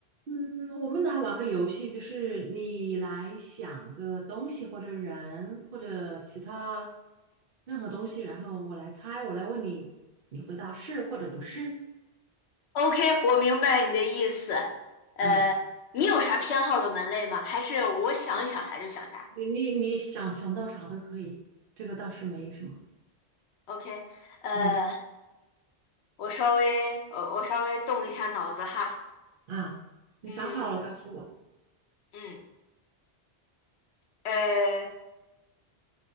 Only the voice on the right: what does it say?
嗯，我们来玩个游戏，就是你来想个东西或者人或者其他任何东西，然后我来猜，我来问你，你回答是或者不是。
嗯，
你你你想想到啥都可以，这个倒是没什么。
嗯
啊，你想好了告诉我，